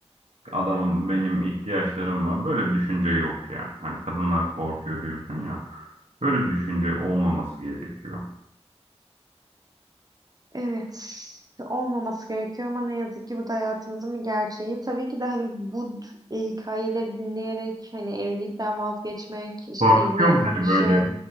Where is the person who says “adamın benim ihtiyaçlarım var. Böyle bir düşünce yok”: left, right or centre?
Right